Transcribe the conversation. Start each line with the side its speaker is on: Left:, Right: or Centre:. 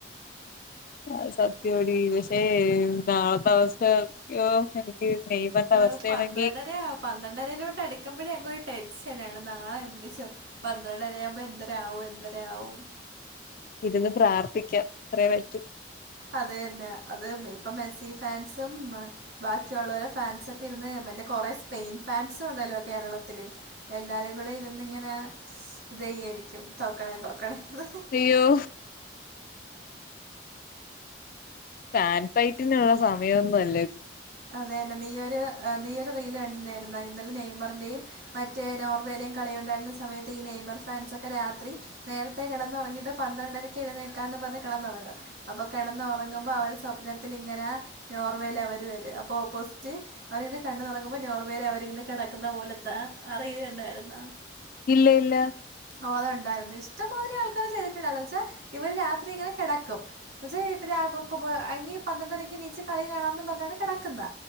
Left: അത് സത്യോടി പഷേ നാളെത്ത അവസ്ഥ യ്യോ എനിക്ക് നെയ്യമർൻ്റെ
Right: ഏഹ്
Left: വസ്ഥേണെങ്കി
Right: പന്ത്രണ്ടര പന്ത്രണ്ടരയിലോട്ട് അടക്കുമ്പോഴ ടെഷനാണ് നാളെ എന്ത്ചൊ പന്ത്രണ്ടരാമ്പോ എന്തൊ രാവും എന്തരാവും
Left: ഇര്ന്ന് പ്രാർത്ഥിക്കാം അത്രേ പറ്റൂ
Right: അതെന്നെ അത് ഇപ്പൊ മെസ്സി ഫാൻസും മ് ബാക്കിയുള്ളോരെ ഫാൻസൊക്കിരുന്ന് മറ്റേ കൊറേ സ്പെയിൻ ഫാൻസുണ്ടല്ലോ കേരളത്തില്. എല്ലാരും കൂടെര്ന്ന്ങ്ങനെ ത്യായിരിക്കും തോക്കണേ തോക്കണേ ത്
Left: ഈയോ ഫാൻ ഫൈറ്റിനുള്ള സമയൊന്നുല്ലത്
Right: അതെന്നെ നീയൊരു നീയൊരു റീല് കണ്ടില്ലായിര്ന്നോ ഇന്നലെ നെയ്മറ്ന്റെയും മറ്റേ നോർവേരെം കളിയുണ്ടായിരുന്ന സമയത്ത് ഈ നെയ്മർ ഫാൻസൊക്കെ രാത്രി നേർത്തെ കെടന്നൊറങ്ങീട്ട് പന്ത്രണ്ടരക്ക് എഴുന്നേക്കാന്ന് പറഞ്ഞ് കടന്നൊറങ്ങാ അപ്പൊ കെടന്നൊറങ്ങുമ്പോ അവര് സ്വപ്നത്തില്ങ്ങനെ നോർവേൽ അവര് വര അപ്പൊ ഓപ്പോസിറ്റ് അവരിങ്ങനെ കണ്ണുതുറക്കുമ്പോ നോർവേല് അവരിങ്ങനെ കിടക്കുന്ന പോലെത്ത അറിയിലുണ്ടായിരുന്ന
Left: ഇല്ല ഇല്ല
Right: ഓ അതുണ്ടായിരുന്നു ഇഷ്ടമാതിരി ആൾക്കാർ ചെയ്തിട്ടുണ്ടായിരുന്നു വെച്ചാൽ ഇവര് രാത്രി ഇങ്ങനെ കിടക്കും പക്ഷെ ഇപ്പോ രാഹുൽ അയിന് പന്ത്രണ്ടരക്കെണിച്ച് കളി കാണാമെന്ന് പറഞ്ഞാണ് കിടക്കുന്ന